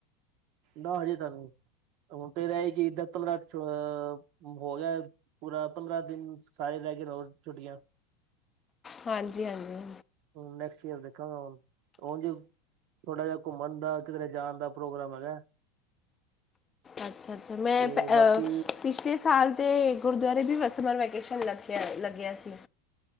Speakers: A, on the right; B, on the left.
A: ਨਾ ਹਜੇ ਤਾਂ ਨਹੀਂ ਹੁਣ ਤੇ ਕਿ ਏਦਾਂ ਪੰਦਰਾਂਹ ਹੋ ਗਿਆ। ਪੂਰਾ ਪੰਦਰਾਂ ਦਿਨ ਸਾਰੇ ਸਾਇਦ ਹੋਰ ਰਹਿ ਗਈਆ ਛੋਟੀਆਂ,
B: ਹਾਂਜੀ, ਹਾਂਜੀ, ਹਾਂਜੀ।
A: ਹ ਨੈਕਸਟ ਈਅਰ ਦੇਖਾਂਗਾ, ਹੁਣ ਉਹ ਜ ਥੋੜਾ ਜਿਹਾ ਘੁੰਮਣ ਦਾ ਕਿਧਰੇ ਜਾਣ ਦਾ। ਪ੍ਰੋਗਰਾਮ ਹੈਗਾ।
B: ਅੱਛਾ-ਅੱਛਾ ਮੈਂ
A: ਤੇ
B: ਪੇ
A: ਬਾਕੀ
B: ਸਾਲ ਤੇ ਗੁਰਦੁਆਰੇ ਵੀ ਸਮਰ ਵੈਕੇਸ਼ਨ ਲੱਗਿਆ, ਲੱਗਿਆ ਸੀ।